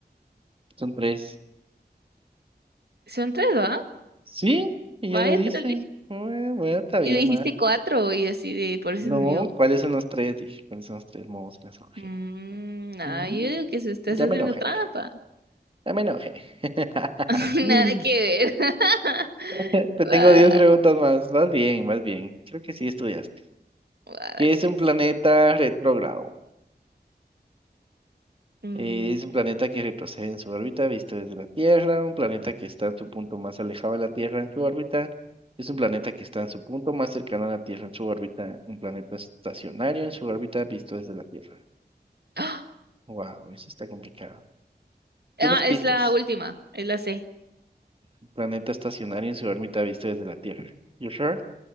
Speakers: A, on the right; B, on the right.
A: Son tres.
B: Son tres, ¿va?
A: Sí, ella
B: Ah,
A: lo
B: ya
A: dice.
B: te lo dije.
A: Bueno, bueno, está bien,
B: Y dijiste
A: ma.
B: cuatro y así de, por eso
A: No,
B: yo,
A: ¿cuáles son los tres? Dije, ¿cuáles son los tres modos de mensajería?
B: mmm, no,
A: Mm,
B: yo digo que se estás
A: ya
B: haciendo
A: me enojé,
B: trampa.
A: ya me enojé. <laughs>
B: <laughs>
A: Mm.
B: Nada que ver. <laughs>
A: Te tengo
B: Va,
A: 10 preguntas más. Vas bien, vas bien. Creo que sí estudiaste.
B: va, dale,
A: ¿Qué es un
B: ves.
A: planeta retrógrado?
B: Mm.
A: Eh, Es un planeta que retrocede en su órbita visto desde la Tierra, un planeta que está en su punto más alejado de la Tierra en su órbita, es un planeta que está en su punto más cercano a la Tierra en su órbita, un planeta estacionario en su órbita visto desde la Tierra.
B: <gasps> ¡Ah!
A: Wow, eso está complicado. ¿Tienes
B: Ah,
A: pistas?
B: es la última, es la C.
A: Un planeta estacionario en su órbita visto desde la Tierra. You sure?